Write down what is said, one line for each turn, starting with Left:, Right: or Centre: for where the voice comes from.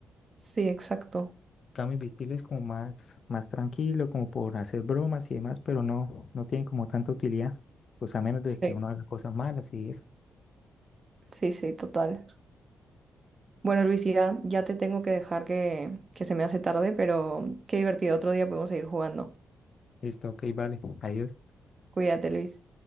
Right: Sí, exacto.
Left: Cambio invisible es como más, más tranquilo, como por hacer bromas y demás, pero no, no tiene como tanta utilidad, pues a menos de
Right: Sí,
Left: que uno haga cosas malas y eso.
Right: sí, sí, total. Bueno, Luis, ya, ya te tengo que dejar que, que se me hace tarde, pero qué divertido. Otro día podemos seguir jugando.
Left: Listo, ok, vale, adiós.
Right: Cuídate, Luis.